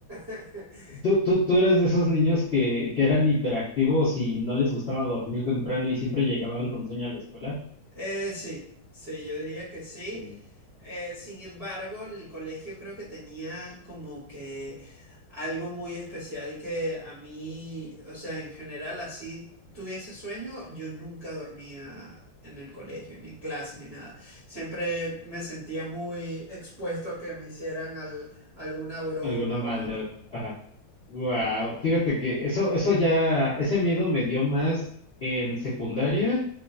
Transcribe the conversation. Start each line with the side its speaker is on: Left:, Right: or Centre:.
Right: <laughs>
Left: tú, tú, tú eres de esos niños que, que eran hiperactivos y no les gustaba dormir temprano y siempre llegaban con sueño a la escuela.
Right: Eh, sí, sí, yo diría que sí.
Left: Eh,
Right: Eh, sin embargo, el colegio creo que tenía como que algo muy especial que a mí, o sea, en general, así tuviese sueño, yo nunca dormía en el colegio, ni en clase, ni nada. Siempre me sentía muy expuesto a que me hicieran al- alguna broma
Left: alguna maldad.
Right: o algo.
Left: Ajá. Wow, fíjate que eso, eso ya, ese miedo me dio más en secundaria